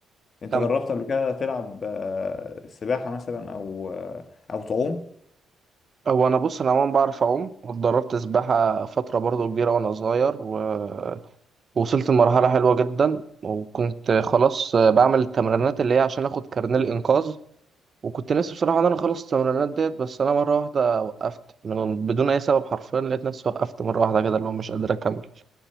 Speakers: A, on the left; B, on the right.
A: أنت
B: كم
A: جربت قبل كده تلعب آه، سباحة مثلا أو أو تعوم؟
B: هو انا بص انا عموما بعرف اعوم واتدربت سباحه فتره برضو كبيره وانا صغير و- ووصلت لمرحله حلوه جدا وكنت خلاص بعمل التمرينات اللي هي عشان اخد كارنيه الانقاذ وكنت نفسي بصراحه ان انا اخلص التمرينات ديت بس انا مره واحده وقفت من بدون اي سبب حرفيا لقيت نفسي وقفت مره واحده كده اللي هو مش قادر اكمل